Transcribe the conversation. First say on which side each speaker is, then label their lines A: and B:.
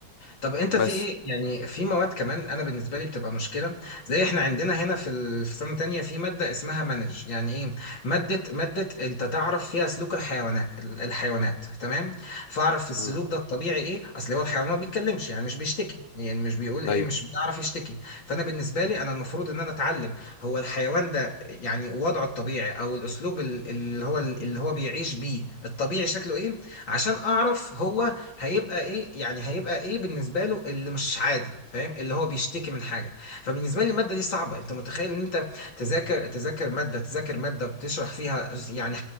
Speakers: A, on the left (about 75°); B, on the left (about 40°).
A: طب انت في
B: بس
A: ايه يعني في مواد كمان انا بالنسبه لي بتبقى مشكله زي احنا عندنا هنا في ال- في سنه تانية في ماده اسمها مانج يعني ايه ماده ماده انت تعرف فيها سلوك الحيوانات ال- الحيوانات تمام فاعرف في السلوك
B: مم.
A: ده الطبيعي ايه اصل هو الحيوان ما بيتكلمش يعني مش بيشتكي يعني مش بيقول ايه
B: ايوه
A: مش بيعرف يشتكي فانا بالنسبه لي انا المفروض ان انا اتعلم هو الحيوان ده يعني وضعه الطبيعي او الاسلوب ال- اللي هو اللي هو بيعيش بيه الطبيعي شكله ايه عشان اعرف هو هيبقى ايه يعني هيبقى ايه بالنسبه له اللي مش عادي فاهم اللي هو بيشتكي من حاجه فبالنسبه لي الماده دي صعبه انت متخيل ان انت تذاكر تذاكر ماده تذاكر ماده بتشرح فيها يعني